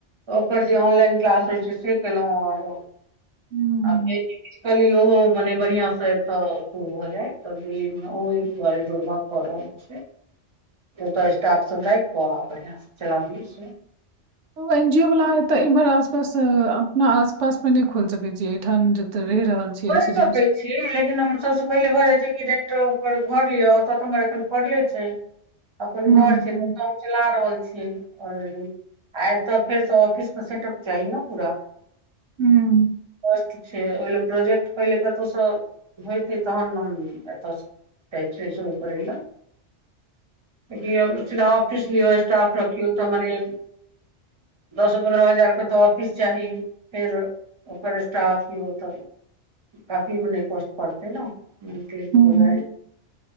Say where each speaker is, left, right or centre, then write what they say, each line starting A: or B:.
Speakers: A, on the right (about 25°); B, on the right (about 85°).
A: ओकर जे ऑनलाइन क्लास रहै छई से केलौं और
B: हूँ
A: आ <unintelligible> ओहो मने बढ़िआं से तऽ खू भऽ जाय तब दिल्ली मे ओ दुआरे दुर्गम कऽ रहल छै ओ <unintelligible> स्टाफ सब राखि क आ बढ़िआ से चलाबियौ से
B: ओहो एन जी ओ बला तऽ इम्हर आस पास अपना आस पास मेे न खोइल सके छीे एठाम जते रहि रहल छियै रेसिडेंट
A: <unintelligible> ै छीऽ लेकिन हम सबस पहिले भऽ जाइ छै कि रेंटो पर घर लिअ ओतऽ तऽ हमर एखन पड़ले छै अपन
B: हूँ
A: घर
B: हूँ
A: छै तऽ काम चला रहल छीयै ऑलरेडी आ एतऽ फेर स ऑफिस के सेटप चाही ने पूरा
B: हूँ
A: कष्ट छै ओहि ले प्रोजेक्ट पहिले कतहुस होइतै तहन हम एतयसँ कहै छई शुरू करै ले किएकी अब <unintelligible> फिस लियौ स्टाफ रखियौ तऽ मने दसो पन्द्रह हजार के तऽ ऑफिस चाही फेर ओकर स्टाफ भी होतऽ काफी मने कष्ट पड़तै न मंथली <unintelligible>
B: हूँ